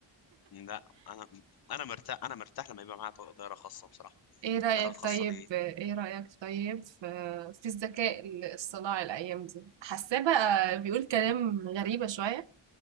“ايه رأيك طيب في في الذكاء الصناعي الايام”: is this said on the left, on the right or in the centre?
Right